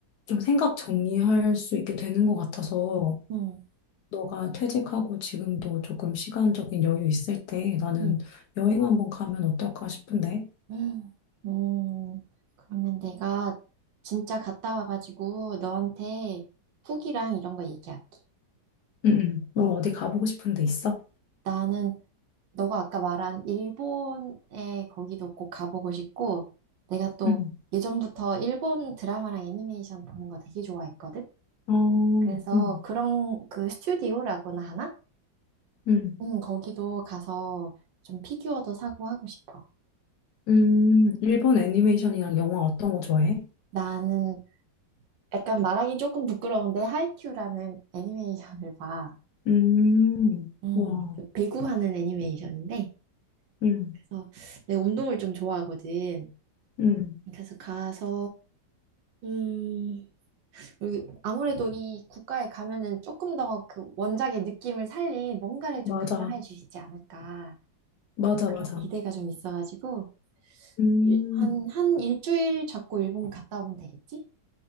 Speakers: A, on the left (about 65°); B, on the right (about 80°).
A: 좀 생각 정리할 수 있게 되는 것 같아서
B: 음,
A: 너가 퇴직하고 지금도 조금 시간적인 여유 있을 때 나는
B: 음,
A: 여행 한번 가면 어떨까 싶은데.
B: 음, 음. 그러면 내가 진짜 갔다 와가지고 너한테 후기랑 이런 거 얘기할게.
A: 응, 응. 넌
B: 음.
A: 어디 가보고 싶은 데 있어?
B: 나는 너가 아까 말한 일본에 거기도 꼭 가보고 싶고 내가 또
A: 응.
B: 예전부터 일본 드라마랑 애니메이션 보는 거 되게 좋아했거든.
A: 어,
B: 그래서
A: 응,
B: 그런 그 스튜디오라고나 하나?
A: 응.
B: 음, 거기도 가서 좀 피규어도 사고 하고 싶어.
A: 음, 일본 애니메이션이랑 영화 어떤 거 좋아해?
B: 나는 약간 말하기 조금 부끄러운데 하이큐라는 애니메이션을 봐.
A: 음,
B: 음,
A: 와,
B: 그 배구하는 애니메이션인데
A: 응,
B: 그래서 내가 운동을 좀 좋아하거든.
A: 응.
B: 그래서 가서 음, 그리고 아무래도 이 국가에 가면은 조금 더 그 원작의 느낌을 살린 뭔가를
A: 맞아,
B: 좀 감상해 주시지 않을까
A: 맞아,
B: 하는 그런
A: 맞아.
B: 기대가 좀 있어가지고
A: 음,
B: 일- 한, 한 일주일 잡고 일본 갔다 오면 되겠지?